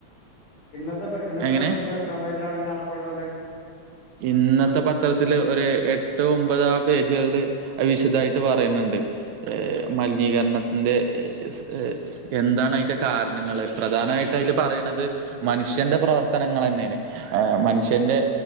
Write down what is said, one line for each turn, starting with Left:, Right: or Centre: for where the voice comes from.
Left: ഇന്നത്തെ ഇന്നത്തെ
Right: എങ്ങനെ
Left: പത്രത്തില് എത്രാം പേജിലാണത് കാണപ്പെടുന്നത്
Right: ഇന്നത്തെ പത്രത്തില് ഒരപ എട്ട് ഒമ്പത് ആ പേജ്കള്ല് അത് വിശദായിട്ട് പറയ്ന്ന് ത് മലിനീകരണത്തിന്റെ സ് എന്താണ്ന്റെ കാരണങ്ങള് പ്ര പ്രധാനായിട്ട് അയ്ല് പറയ്ണത് മനുഷ്യന്റെ പ്രവർത്തനങ്ങളെന്നേണ് ആ മനുഷ്യന്റെ